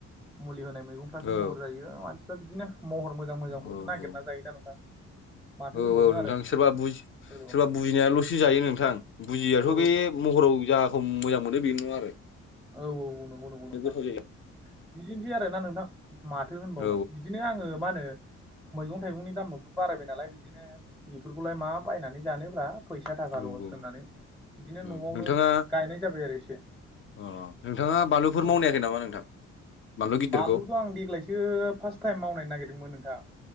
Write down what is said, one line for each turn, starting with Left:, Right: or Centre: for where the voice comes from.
Centre: मुलि होनाय मैगंफ्रासो
Left: औ
Centre: महर जायो मानसि बिदिनो महर मोजां मोजांखौल'सो
Left: औ औ
Centre: नागिरना जायोना नोंथां। माथो
Left: औ
Centre: होनबावनो
Left: औ नोंथां
Centre: आरो
Left: सोरबा बुजि
Centre: औ
Left: सोरबा बुजिनायाल'सो जायो नोंथां। बुजियाथ'
Centre: औ
Left: बे महराव जाखौ मोजां मोनो बे नो आरो।
Centre: औ औ नंगौ नंगौ नोंथां।
Left: गोथाव जायो
Centre: बिदिनोसै आरो ना नोंथां। माथो होनबावनो
Left: औ
Centre: बिदिनो आङो मा होनो मैगं थाइगंनि दामाबो बारायबाय नालाय बिदिनो बेफोरखौलाय मा बायनानै जानोब्रा फैसा थाखा
Left: औ
Centre: लस
Left: औ
Centre: होनानै बिदिनो
Left: औ
Centre: न'आवनो
Left: नोंथाङा
Centre: गायनाय जाबाय आरो एसे।
Left: अ नोंथाङा बानलुफोर
Centre: औ
Left: मावनायाखै नामा नोंथां? बानलु गिदिरखौ
Centre: बानलुखौथ' आं देग्लायसो फार्स्ट टाइम मावनायनो नागिरदोंमोन नोंथां।